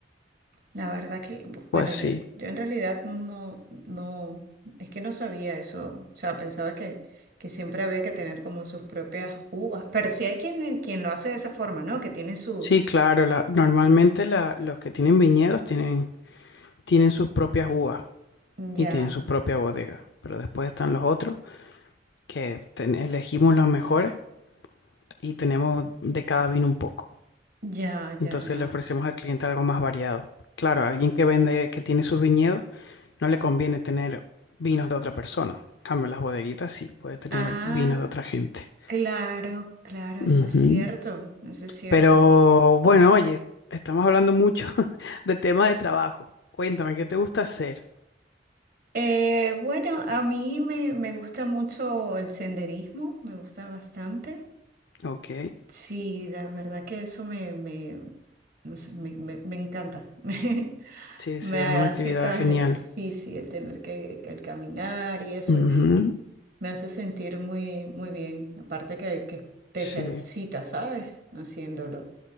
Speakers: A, on the right; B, on the left.
A: La verdad que, bu-
B: Pues
A: bueno,
B: sí,
A: yo, yo en realidad no, no, es que no sabía eso. O sea, pensaba que, que siempre había que tener como sus propias uvas. Pero sí hay quien, quien lo hace de esa forma, ¿no? Que tiene su...
B: sí, claro, la- normalmente la- los que tienen viñedos tienen, tienen sus propias uvas y
A: Ya,
B: tienen su propia bodega, pero después están los otros que ten- elegimos las mejores y tenemos de cada vino un poco.
A: ya,
B: Entonces
A: ya, ya.
B: le ofrecemos al cliente algo más variado. Claro, a alguien que vende, que tiene sus viñedos, no le conviene tener vinos de otra persona. En cambio, las bodeguitas sí, puede tener
A: Ah,
B: vinos de otra gente.
A: claro, claro, eso
B: Ujú.
A: es cierto, eso es cierto.
B: Pero bueno, oye, estamos hablando mucho <laughs> de temas de trabajo. Cuéntame, ¿qué te gusta hacer?
A: Eh, bueno, a mí me, me gusta mucho el senderismo, me gusta bastante.
B: Ok,
A: Sí, la verdad que eso me, me, no sé, me, me- me encanta. <laughs> Me,
B: sí, sí,
A: me
B: es una
A: hace,
B: actividad
A: ¿sabes?
B: genial.
A: El- Sí, sí, el tener que, que el caminar y eso
B: Ujú,
A: me, me hace sentir muy, muy bien. Aparte que, que te
B: Sí.
A: ejercitas, ¿sabes? Haciéndolo.